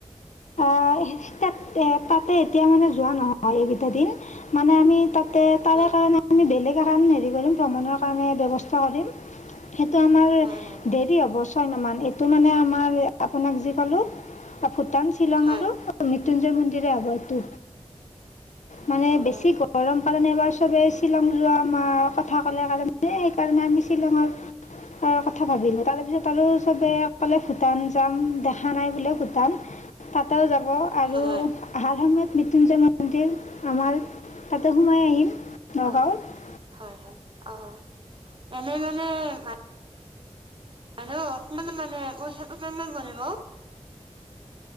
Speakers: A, on the left; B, on the right.
A: হয়, তাতে, তাতে এতিয়া মানে যোৱা নহয় এইকিটাদিন মানে আমি তাতে, তাৰে
B: হয়
A: কাৰণে আমি বেলেগৰ কাৰণে হেৰি কৰিম, ভ্ৰমণৰ কাৰণে ব্যৱস্থা কৰিম। সেইটো আমাৰ
B: হয় হয়
A: দেৰি হ'ব ছয়মাহমান, এইটো মানে আমাৰ আপোনাক যি ক'লোঁ, ভূটান, শ্বিলং
B: হয়
A: আৰু - মৃত্যুঞ্জয় মন্দিৰে হ'ব এইটো, মানে
B: অ
A: বেছি গৰম সেইকাৰণে এবাৰ চবেই শ্বিলং যোৱা মা কথা ক'লে কাৰণে, সেইকাৰণে আমি শ্বিলঙৰ - কথা ভাবিলো তাৰপিছত আৰু চবে ক'লে ভূটান যাম দেখা নাই বোলে, ভূটান তাতেও যাব আৰু
B: হয় হয়
A: - আহাৰ সময়ত মৃত্যুঞ্জয় মন্দিৰ আমাৰ, তাতে সোমাই আহিম। নগাঁৱত
B: অঁ, হয় -হয়। অঁ, এনে মানে - হেল্লো, অকমান মানে মোৰ ওচৰত - অকমান বনাব।